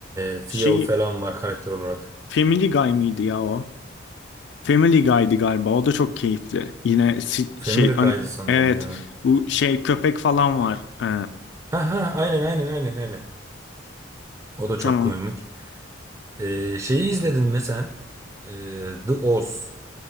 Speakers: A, on the right; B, on the left.
A: e, Theo
B: şey
A: falan var karakter olarak.
B: Family Guy mıydı ya o? Family Guy'di galiba. O da çok keyifli. Yine si-
A: Family
B: şey an-
A: Guy'dı sanırım
B: evet
A: ya.
B: bu şey köpek falan var. Ee,
A: Ha ha aynen aynen aynen aynen. O da çok
B: tamam.
A: komik. Ee, şeyi izledin mi sen? Ee, The Oz.